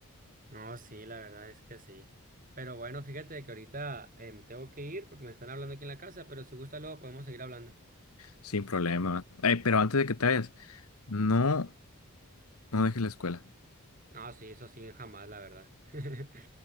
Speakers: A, on the right; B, on the left.
A: No, sí, la verdad es que sí. Pero bueno, fíjate que ahorita eh, me tengo que ir porque me están hablando aquí en la casa, pero si gusta luego podemos seguir hablando.
B: sin problema. Eh, pero antes de que te vayas, no, no dejes la escuela.
A: No, sí, eso sí, jamás, la verdad. <laughs>